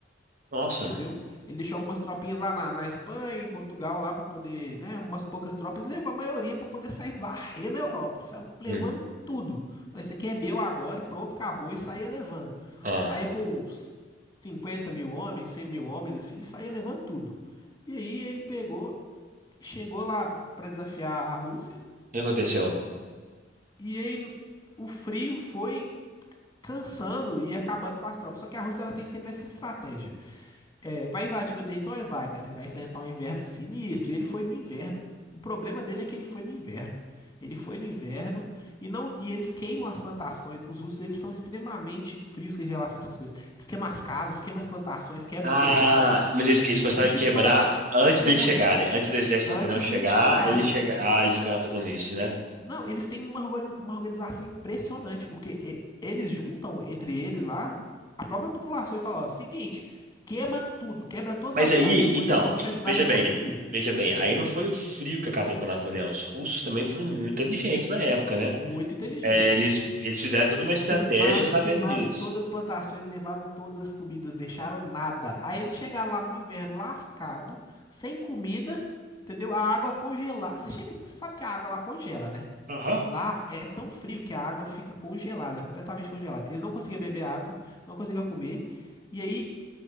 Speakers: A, on the right; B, on the left.
A: nossa.
B: Entendeu? Ele deixou algumas tropinhas lá na, na Espanha, em Portugal, lá pra poder, né? Umas poucas tropas, levou a maioria pra poder sair varrendo na Europa. Saiu levando
A: Hum.
B: tudo. Falei, isso aqui é meu agora e pronto, acabou. E saía levando.
A: Ah,
B: Saía com uns 50 mil homens, 100 mil homens, assim, saía levando tudo. E aí ele pegou, chegou lá pra desafiar a Rússia.
A: o que aconteceu?
B: E aí o frio foi cansando e acabando com as tropas. Só que a Rússia ela tem sempre essa estratégia. É, vai invadir meu território? Vai, mas vocês vão enfrentar um inverno sinistro. E ele foi no inverno. O problema dele é que ele foi no inverno. Ele foi no inverno e não e eles queimam as plantações. Os russos eles são extremamente frios em relação a essas coisas. Eles queimam as casas, queimam as plantações, quebra
A: Ah,
B: os telhados,
A: mas eles, eles começaram
B: limpa
A: a quebrar antes
B: tudo
A: deles chegarem, antes do exército
B: antes
A: de Napoleão chegar,
B: deles chegarem.
A: ele chega, ah, eles ficaram fazendo isso, né?
B: Não, eles têm uma organiz- uma organização impressionante, porque e- eles juntam entre eles lá a própria população e falam, ó, seguinte, queima tudo, quebra todas
A: Mas
B: as
A: aí,
B: casas, depois
A: então,
B: nós vamos te ajudar
A: veja
B: a reconstruir.
A: bem, veja bem,
B: Entendeu?
A: aí não foi o frio que acabou com Napoleão. Os russos também foram muito inteligentes na época, né?
B: Muito inteligentes.
A: É, eles, eles fizeram toda uma estratégia
B: Queimaram,
A: sabendo
B: queimaram
A: disso.
B: todas as plantações, levaram todas as comidas, deixaram nada. Aí eles chegaram lá no inverno lascado, sem comida, entendeu? A água congelar. Você chega, você sabe que a água lá congela, né?
A: Aham.
B: Lá é tão frio que a água fica congelada, completamente congelada. Eles não conseguiam beber água, não conseguiam comer. E aí,